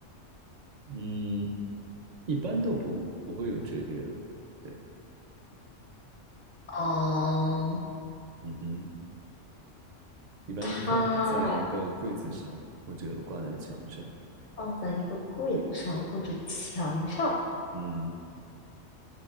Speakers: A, on the right; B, on the left.
A: 嗯，一般都不不会有折叠的。对，
B: 嗯，
A: 嗯哼，一般是放在一个柜子上或者挂在墙上。
B: 它放在一个柜子上或者墙上。
A: 嗯